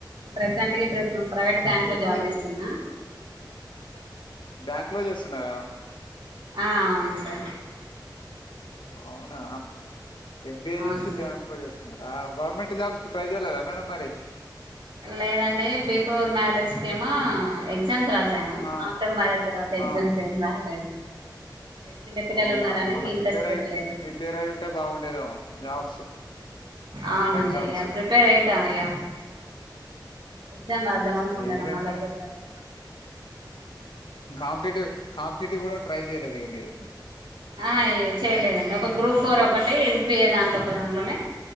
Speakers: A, on the right (about 85°); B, on the left (about 85°).
A: ప్రజెంట్ ప్రైవేట్ బ్యాంక్ లో
B: ఎంబిఏ
A: జాబ్ చేస్తున్నా
B: బ్యాంకు లో చేస్తున్నారా
A: ఆ అవును సార్
B: అవునా ఎంబీఏ
A: అవును
B: చేసి
A: సార్
B: బ్యాంక్ లో చేస్తున్నారు ఆ గవర్నమెంట్ జాబ్స్ ట్రై చేయలేదా మేడంమ్ మరి
A: లేదండి బిఫోర్ మ్యార కేమా ఎగ్జామ్స్ రాసాను
B: ఆ
A: ఆఫ్టర్ మ్యారేజ్ తర్వాత ఎగ్జామ్స్
B: ఆ
A: ఏం రాయలేదు చిన్న పిల్లలు
B: అవునా
A: ఉన్నారని
B: మల్లా
A: ఇంట్రెస్ట్
B: ప్రిపేర్ అయి
A: పెట్టలేదు
B: ప్రిపేర్ అయి ఉంటే బాగుందేమో జాబ్స్
A: అవునండి
B: బై చాన్స్
A: ఇక ప్రిపేర్ అవుతాం ఇక ఎగ్జామ్ రాద్దాం అనుకుంటాన
B: ఎందుకంటే
A: మళ్ళా ప్రిపేర్ అయి
B: కాంపిటేటివ్ కాంపిటేటివ్ కూడా ట్రై చేయలేదు ఇక మీరు
A: ఆ అ చేయలేదండి ఒక గ్రూప్ ఫోర్ ఒకటి ఎస్బిఐ దాంట్లో ఒక దాంట్లోనే